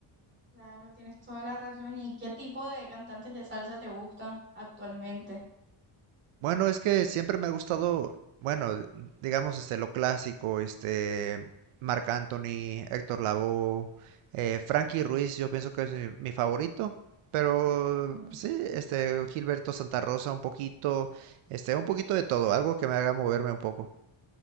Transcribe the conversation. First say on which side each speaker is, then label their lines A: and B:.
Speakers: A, on the right (about 20°); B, on the right (about 85°).
A: Claro, tienes toda la razón. ¿Y qué tipo de cantantes de salsa te gustan actualmente?
B: Bueno, es que siempre me ha gustado, bueno, digamos, este, lo clásico, este, Marc Anthony, Héctor Lavoe, eh, Frankie Ruiz, yo pienso que es mi, mi favorito, pero
A: Ujú.
B: pues sí, este, Gilberto Santa Rosa, un poquito, este, un poquito de todo, algo que me haga moverme un poco.